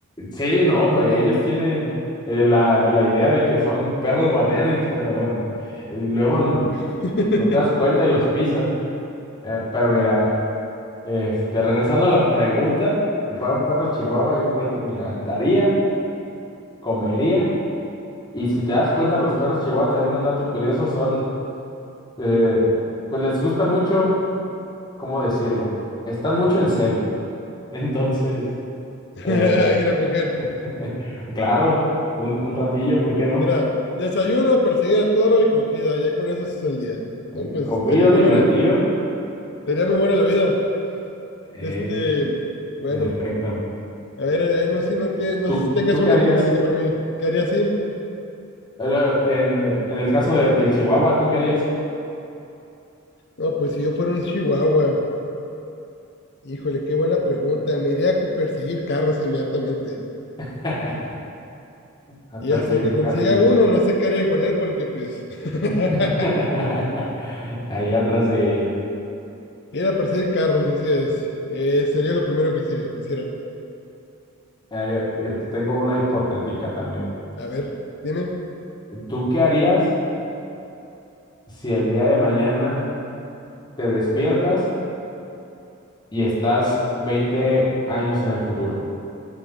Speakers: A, on the left; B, on the left.
A: Sí, no, pues ellos tienen eh, la, la idea de que son perros guardianes, pero eh, luego n-
B: <laughs>
A: no te das cuenta y los pisas. Eh, pero mira, este, regresando a la pregunta, si fuera un perro chihuahua, yo creo que me levantaría, comería, y si te das cuenta, los perros chihuahua también un dato curioso son, eh, pues les gusta mucho, ¿cómo decirlo? Están mucho en cel Entonces,
B: <laughs>
A: eh,
B: Ir a coger.
A: <laughs> claro, un, un ratillo, ¿por qué no?
B: Mira, desayuno, perseguir a toro y cogida. Ya con eso es el día.
A: Eh,
B: No, pues
A: Comido,
B: estaría muy
A: divertido,
B: buena. Estaría muy buena la vida.
A: eh,
B: Este, bueno,
A: en efecto.
B: a ver, eh, no sé si no, te- no
A: ¿Tú,
B: sé si tengas
A: tú
B: una
A: qué harías?
B: hipotética para mí. ¿Qué haría así?
A: Bueno, En, en el caso de- del Chihuahua, ¿tú qué harías?
B: No, pues si yo fuera un chihuahua. Híjole, qué buena pregunta. Me iría a cu- perseguir carros inmediatamente.
A: <laughs> A
B: Y
A: perseguir
B: hasta que consiga
A: carrillos.
B: uno, no sé qué haría con él porque pues <laughs>
A: <laughs> Ahí atrás de ellos.
B: ir a perseguir carros, así es. Eh, sería lo primero que quisiera. quisiera.
A: Ah, Yo, yo te tengo una hipotética también.
B: A ver, dime.
A: ¿Tú qué harías si el día de mañana te despiertas y estás 20 años en el futuro?